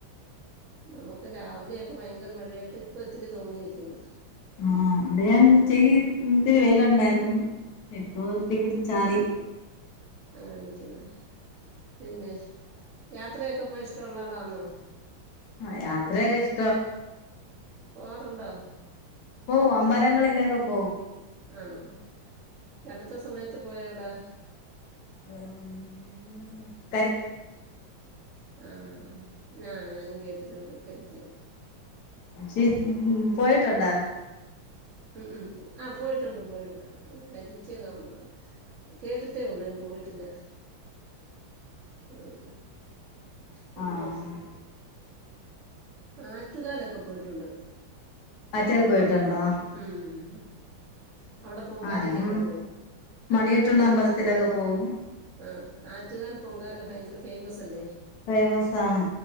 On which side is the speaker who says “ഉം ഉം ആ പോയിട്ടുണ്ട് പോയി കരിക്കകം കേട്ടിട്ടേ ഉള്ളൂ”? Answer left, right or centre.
Right